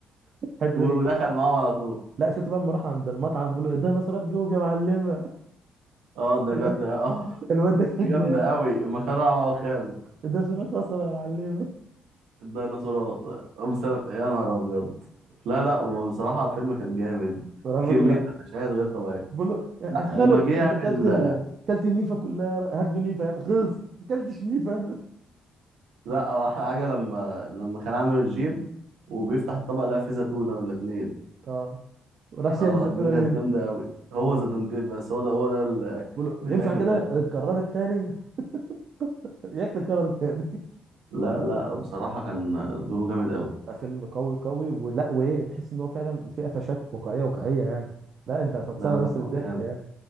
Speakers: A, on the right; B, on the right.
A: الحته
B: <laughs> ودخل
A: دي كانت جامدة.
B: معاهم على طول
A: لا شفت بقى لما راح عند المطعم بيقول له اديها نشرات جوب يا معلمه
B: اه ده
A: <laughs>
B: جامد اه <laughs>
A: الواد ده كان
B: دي جامده
A: جامد
B: قوي مخرعه وخاله
A: اديها نشرات بصل يا معلمه
B: الديناصورات أمس- يا نهار ابيض لا لا هو بصراحه الفيلم كان جامد
A: راح
B: في
A: بيقول
B: كميه
A: له لا
B: مشاهد غير طبيعيه
A: بيقول له يا
B: لا
A: يا خالو
B: وما
A: انت
B: جه يعمل
A: كلت ال... كلت النيفه كلها هات له نيفه يلا خلص ما كلتش نيفه انا
B: لا هو احلى حاجه لما لما كان عامل الجيم وبيفتح الطبق لقى فيه زيتونه ولا اتنين
A: اه وراح
B: اه
A: شايل زيتونه
B: دي
A: مني
B: كانت جامده قوي هو
A: اه
B: زيتونتين بس هو ده هو ده الاكل
A: بيقول
B: مفيش
A: له ينفع
B: اكل
A: كده
B: تاني
A: اتكرر التاني <laughs> ياك تتكرر تاني
B: لا لا بصراحه كان دوره جامد قوي
A: فيلم قوي قوي ولا وايه تحس ان هو فعلا في قفشات واقعيه واقعيه يعني لا انت فطسانه
B: لا لا
A: نفسك
B: هو
A: بالضحك
B: جامد
A: يعني